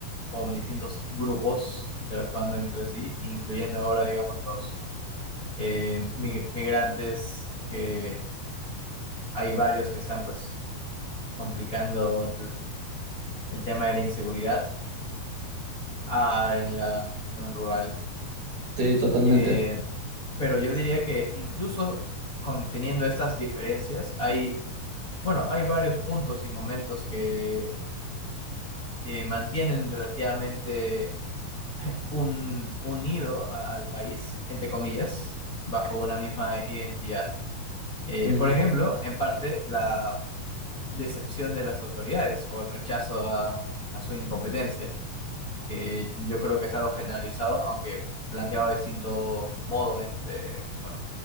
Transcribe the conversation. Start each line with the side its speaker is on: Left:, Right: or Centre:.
Left: con distintos grupos interactuando entre sí, incluyendo ahora, digamos, los eh, mig- migrantes, que hay varios que están pues complicando el, el tema de la inseguridad ah, en la región rural.
Right: Sí, totalmente.
Left: Eh, pero yo diría que incluso conteniendo estas diferencias, hay, bueno, hay varios puntos y momentos que eh, mantienen relativamente un, unido a- al país, entre comillas, bajo una misma identidad. Eh,
Right: Mm.
Left: por ejemplo, en parte, la decepción de las autoridades o el rechazo a, a su incompetencia, que yo creo que es algo generalizado, aunque planteado de distinto modo entre, bueno,